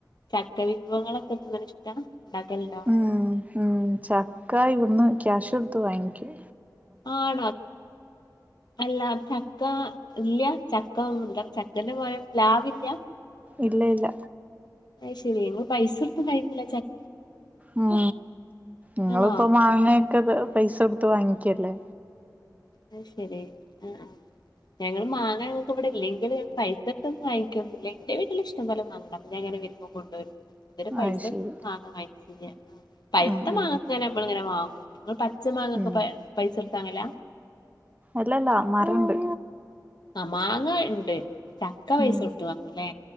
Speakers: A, on the left (about 70°); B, on the right (about 20°).
A: ചക്കവിഭവങ്ങളൊക്കെ തിന്ന്ണെ ഇഷ്ട ഇണ്ടാക്കല്ണ്ടോ?
B: ഉം ഉം ചക്ക ഇവിട്ന്ന് ക്യാഷ് കൊട്ത്ത് വാങ്ങിക്കാ.
A: ആണോ? അല്ല ചക്ക ഇല്ല്യ ചക്ക ന്താണ് ചക്കന്റെ പോലെ പ്ലാവില്ല.
B: ഇല്ല ഇല്ല
A: അത് ശെരി ഇങ്ങള് പൈസ കൊട്ത്ത് കഴിക്കല ചക്ക
B: ഉം
A: ചക്കയാണോ
B: ഇങ്ങൾപ്പോ മാങ്ങെയോക്കെ പൈസ കൊടുത്ത് വാങ്ങിക്കല്ലേ?
A: അത് ശരി ഏ ആഹ് ഞങ്ങള് മാങ്ങ ഞങ്ങക്ക് ഇവിടെ ഇല്ലെങ്കില് പൈസ കൊടുത്തൊന്നും വാങ്ങിക്കൊന്നുല്ല ഇന്റെ വീട്ടില് ഇഷ് ഇഷ്ടം പോലെ മാങ്ങണ്ട് അപ്പൊ ഞാങ്ങനെ വരുമ്പോ കൊണ്ടുവരും. ഇത് വരെ പൈസ
B: അത്
A: കൊടുത്ത്
B: ശരി
A: മാങ്ങ വാങ്ങിറ്റില്ല പഴുത്ത
B: ഉം ഉം
A: മാങ്ങക്കെങ്ങനെ ഞമ്മള്ങ്ങനെ വാങ്ങും ഇങ്ങള് പച്ച മാങ്ങൊക്കെ
B: ഉം
A: പൈ പൈസ കൊട്ത്താങ്ങല?
B: ഇല്ലല്ല മരം ഉണ്ട്.
A: ആ മാങ്ങ ഇണ്ട് ചക്ക പൈസ
B: ഉം
A: കൊട്ത്തു വാങ്ങൂലേ?